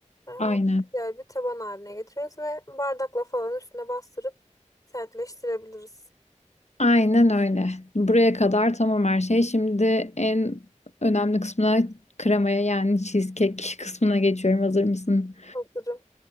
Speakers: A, on the left; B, on the left.
A: e,
B: Aynen.
A: güzel bir taban haline getiriyoruz ve bardakla falan üstüne bastırıp sertleştirebiliriz.
B: Aynen öyle. Buraya kadar tamam her şey. Şimdi en önemli kısmına kremaya yani cheesecake kısmına geçiyorum. Hazır mısın?
A: Hazırım.